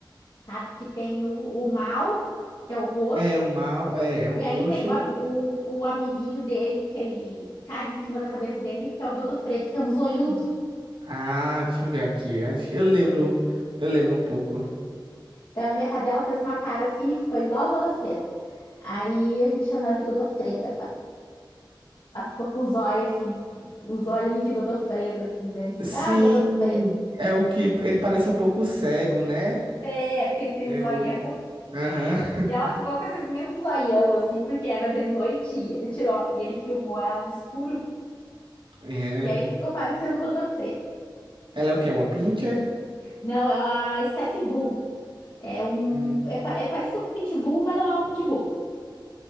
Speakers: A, on the left (about 70°); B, on the right (about 80°).
A: sabe? Que tem o, o mal, que é o roxo,
B: É o mal, é, é o
A: e
B: roxo.
A: aí tem o, am- o, o amiguinho dele, que ele caga em cima da cabeça dele, que é o Godofredo, que é um zoiudo.
B: Ah, deixa eu ver aqui. Acho- Eu lembro, eu lembro um pouco.
A: Então a minha cadela fez uma cara assim e ficou igual o Godofredo. Aí a gente chama ela de Godofreda agora. Ela ficou com os olhos assim, os olhinhos de Godofredo, assim, daí eu disse,
B: Sim,
A: ah, Godofredo,
B: é o que ele parece um pouco cego, né?
A: é, tem, tem
B: Eu,
A: um zoião.
B: aham. <laughs>
A: E ela ficou com esses mesmos zoião, assim, porque era de noite e ele tirou, e ele filmou ela no escuro,
B: É.
A: e aí ficou parecendo Godofredo.
B: Ela é o que? Uma pincher?
A: Não, é uma Steph Bull, é um,
B: Hum,
A: é, pa- é parecido com o Pitbull, mas não é um Pitbull.